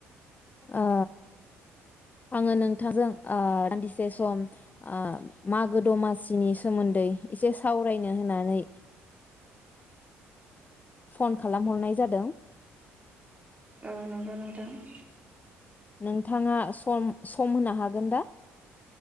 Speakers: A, on the left (about 25°); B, on the right (about 25°).
A: ओ आङो नोंथांजों ओ दान्दिसे सम ओ मागो दमासिनि सोमोन्दै एसे सावरायनो होननानै फन खालाम हरनाय जादों ।
B: ओ नंगौ नोंथां ।
A: नोंथाङा सम सम होनो हागोन दा?